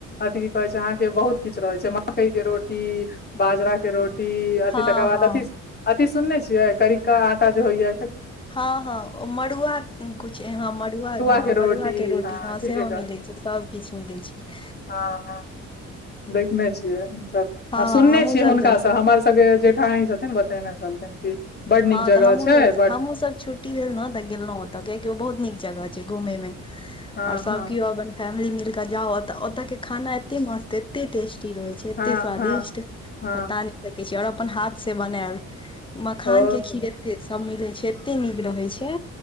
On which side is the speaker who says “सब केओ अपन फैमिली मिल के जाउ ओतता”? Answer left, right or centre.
Left